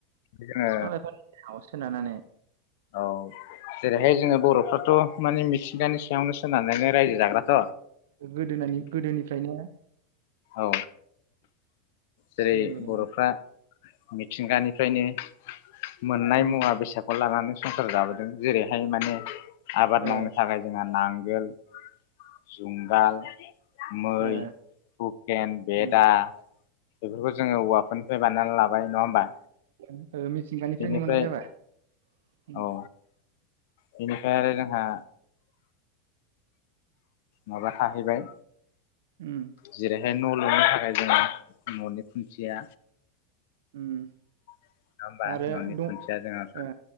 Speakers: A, on the left; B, on the right.
A: जोङो
B: बिफां लाइफां सोनारानानै
A: औ जेरैहाय जोङो बर'फ्राथ' माने मिथिंगानि सायावनो सोनारनानै रायजो जाग्राथ'
B: गोदोनानि गोदोनिफ्रायनो
A: औ। जेरै
B: सोमोन्दो गोनां
A: बर'फ्रा मिथिंगानिफ्रायनो मोननाय
B: उम
A: मुवा बेसाद लानानै संसार जाबोदों जेरैहाय माने आबाद
B: ओ
A: मावनो थाखाय जोंहा नांगोल जुंगाल मै
B: ओ
A: हुकेन बेदा
B: उम
A: बेफोरखौ जोङो औवाफोरनिफ्राय बानायनानै लाबाय नङा होमबा?
B: <inaudible> मिथिंगानिफ्रायनो
A: बेनिफ्राय
B: मोननाय जाबाय उम
A: औ बेनिफ्राय आरो जोंहा माबा थाहैबाय।
B: उम
A: जेरैहाय न' लुनो थाखाय जोङो न'नि खुन्थिया
B: उम
A: नङा होमबा
B: आरो
A: न'नि
B: दं
A: खुन्थिया जोङो
B: ओ